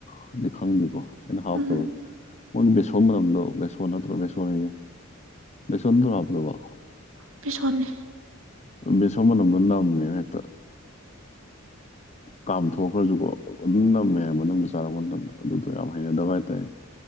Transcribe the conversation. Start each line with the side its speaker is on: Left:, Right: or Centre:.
Left: ꯍꯥꯏꯗꯤ ꯈꯪꯗꯦꯀꯣ ꯑꯩꯅ ꯍꯥꯎꯇꯕ
Right: ꯎꯝ
Left: ꯃꯣꯏ ꯕꯦꯁꯣꯟ ꯃꯇꯝꯗꯣ ꯕꯦꯁꯣꯟ ꯅꯠꯇ꯭ꯔꯣ ꯕꯦꯁꯣꯟꯌꯦ ꯕꯦꯁꯣꯟꯗ ꯍꯥꯞꯄꯇꯕ
Right: ꯐ ꯁꯣꯟꯅꯤ
Left: ꯃꯤꯁꯃꯅꯝꯗꯅ ꯅꯝꯃꯦ ꯍꯛꯇ
Right: <inaudible>
Left: ꯀꯥꯝꯊꯣꯛꯈ꯭ꯔꯁꯨꯀꯣ ꯑꯗꯨꯝ ꯅꯝꯃꯦ ꯃꯅꯨꯡꯗ ꯆꯥꯔꯛꯄ ꯃꯇꯝꯗ ꯑꯗꯨꯗꯣ ꯌꯥꯝ ꯍꯩꯅꯗꯕ ꯍꯥꯏꯇꯥꯔꯦ